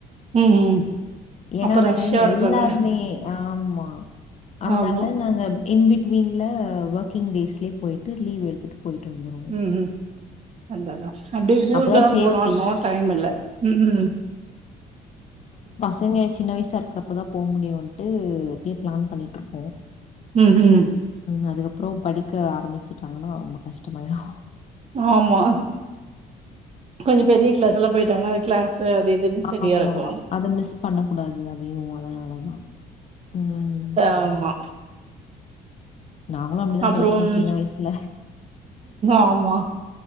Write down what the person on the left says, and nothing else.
ஏன்னா
அந்த
டைம்
எல்லாருமே ஆம்மா அத்னால
நாங்க இன் பிட்வீனில ஒர்கிங் டேஸ்லயே போயிட்டு லீவ் எடுத்துட்டு போயிட்டு வந்துருவோ
அப்பதான்
சேஃப்டி.
சங்க சின்ன வயசா இருக்கிறப்பதா போக முடியும்ன்ட்டு இப்பய் பிளான் பண்ணிட்டுருக்கோ
உம் அதுக்கப்பறோ படிக்க ஆரம்பிச்சிட்டாங்கனா ரொம்ப கஷ்டமாயிடூ
ஆமா
அத மிஸ் பண்ண கூடாது அதையு அதனாலதா உம்
நாங்களு அப்டிதா
படிச்சோ சின்ன வயசுல